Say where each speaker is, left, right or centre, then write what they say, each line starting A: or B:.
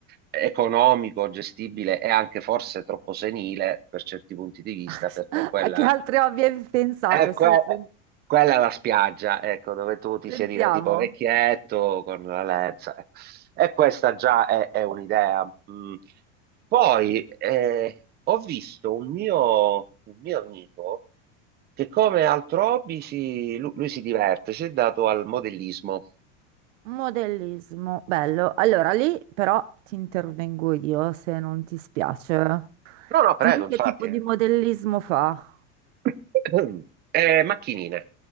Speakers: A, on the right (about 25°); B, on the right (about 80°).
A: economico, gestibile e anche forse troppo senile per certi punti di vista,
B: <laughs>
A: perché quella
B: A che altri hobby hai pensato?
A: eh, que-
B: Su, su,
A: quella è la spiaggia, ecco, dove tu ti
B: sentiamo.
A: siedi da tipo vecchietto con la lenza. E questa già è, è un'idea. Mm. Poi eh, ho visto un mio, un mio amico che come altro hobby si- lu- lui, si diverte, si è dato al modellismo.
B: Modellismo, bello. Allora lì però ti intervengo io se non ti spiace.
A: No, no, prego,
B: Lui
A: infatti.
B: che tipo di modellismo fa?
A: <coughs> Eh, macchinine.